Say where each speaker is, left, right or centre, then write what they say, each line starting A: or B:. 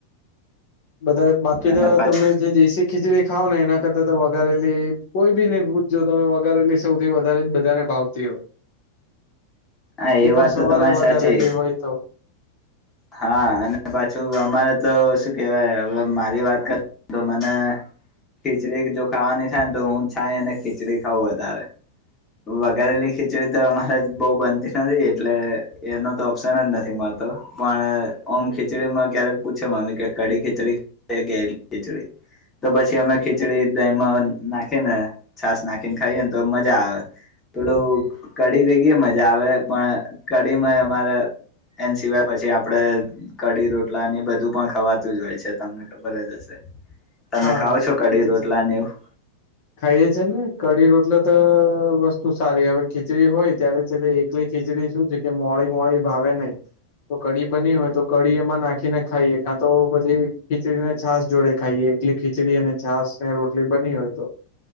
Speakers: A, on the left (about 50°); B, on the left (about 20°).
A: બધા બાકી
B: અને
A: તો
B: પાછ
A: તમે જે દેશી ખીચડી ખાવ ને એના કરતા તો વઘારેલી કોઈ બી ને પૂછજો તમે વધારેલી સૌથી વધારે જ ભાવ તી હોય
B: હા
A: તે
B: એ
A: પણ
B: વાત
A: સવારે
B: તો તમારી
A: વઘારેલી
B: સાચી
A: હોય તો.
B: હા અને પાછું અમારે તો શું કેવાય હવે મારી વાત કર તો મને ખીચડી કે જો ખાવાની થાય ને તો હું છાયને ખીચડી ખાવ વધારે વઘારેલી ખીચડી અમારે બઉ બન તી નથી એટલે એનો તો ઓપ્શન જ નથી મળતો. પણ ઓમ ખીચડી માં ક્યારેક પૂછે મમ્મી કે કડી ખીચડી કે <unintelligible> ખીચડી તો પછી અમે ખીચડી દહીમાં નાખી ને છાસ નાખીને ખાઈએને તો મજા આવે. પેલુ કઢી ભેગી એ મજા આવે પણ કઢીમાં ઈ અમારે એન સિવાય પછી આપડે કડી રોટલાને એ બધું પણ ખાવાતું જ હોય છે તમને ખબર જ હશે. તમે
A: હા
B: ખાવ છો કડી
A: એ તો
B: રોટલા
A: છે
B: ને એવું?
A: ખાઈએ છે ને કઢી રોટલે તો વસ્તુ સારી હવે ખીચડી હોય ત્યારે છેતે એકલી ખીચડી શું છે કે મોડી મોડી ભાવે નય. તો કઢી બની હોય તો કઢી એમાં નાખીને ખાઈએ કાં તો પછી ખીચડીને છાસ જોડે ખાઈએ. એટલી ખીચડી અને છાસ ને રોટલી બની હોય તો